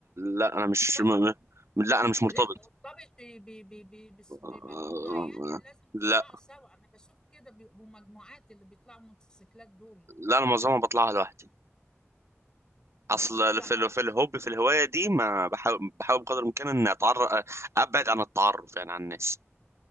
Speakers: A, on the right; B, on the left.
A: لا أنا مش
B: صح؟
A: م... م- لا أنا مش مرتبط
B: لا مرتبط ب- ب- ب- ب- بس- بمجموعة
A: آه،
B: يعني
A: آه،
B: لازم تطلعوا
A: لا
B: سوا أنا بشوف كده بيبقوا مجموعات اللي بيطلعوا موتوسيكلات دول
A: لا أنا معظمها بطلعها لوحدي
B: اه
A: أصل
B: بتطلع
A: في ال-
B: اه
A: في الهوب في الهواية دي ما بحاول بحاول بقدر الإمكان إن أتعرف أبعد عن التعرف يعني عن الناس